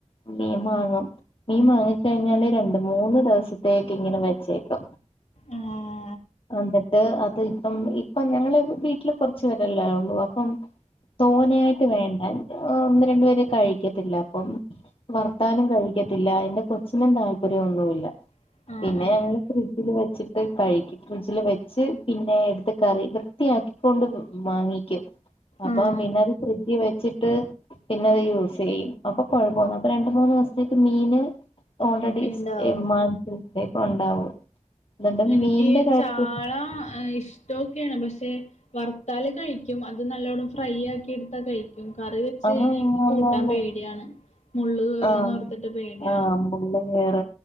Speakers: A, on the left; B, on the left.
A: മീം വാങ്ങും. മീം വാങ്ങിക്കഴിഞ്ഞാല് രണ്ട് മൂന്ന് ദിവസത്തേക്ക്ങ്ങനെ വെച്ചേക്കും.
B: ആഹ്
A: അന്ത്ട്ട് അത് ഇപ്പം ഇ- പ്പം ഞങ്ങള് വീട്ടില് കൊറച്ചു പേരെല്ലെഒള്ളൂ അപ്പം. തോനെയായ്ട്ട് വേണ്ടഏ ഒന്നു രണ്ടു പേര് കഴിക്കത്തില്ല അപ്പം. വർത്താലും കഴിക്കത്തില്ല എന്റെ കൊച്ചിനും താല്പര്യന്നുല്ല
B: ആഹ്
A: പിന്നെ
B: ആഹ്
A: ഞങ്ങള് ഫ്രിഡ്ജില് വെച്ചിട്ട് കഴിക്കും. ഫ്രിഡ്ജില് വെച്ച് പിന്നെ എടുത്ത് ക കറി വൃത്തിയാക്കി ക്കൊണ്ട് വാങ്ങിക്കും അപ്പം
B: ആഹ്
A: പിന്നത് ഫ്രിഡ്ജി വെച്ചിട്ട് പിന്നത് യൂസെയ്യും അപ്പൊ കൊഴപ്പൊന്ന അപ്പൊ രണ്ട് മൂന്ന് ദിവസത്തേക്ക് മീന് ഓൾറെഡി
B: ഇണ്ടാവും
A: <unintelligible> ഉണ്ടാവും എന്നിട്ട്
B: എനിക്ക്
A: മീന്റെ കാര്യത്തിൽ
B: ചാള ഏഹ് ഇഷ് ഷ്ട്ടൊക്കെയാണ് പക്ഷെ വറുത്താല് കഴിക്കും. അത് നല്ലവണ്ണം ഫ്രൈ ആക്കി എടുത്താ കഴിക്കും കറി വെച്ച്
A: ആഹ്
B: കഴിഞ്ഞാ എനിക്ക്
A: ആന്നാന്ന്
B: കൂട്ടാൻ പേടിയാണ് മുള്ള് കേറോന്നോർത്തിട്ട്
A: ആഹ്
B: പേടിയാണ്
A: ആഹ് മുള്ള് കേറ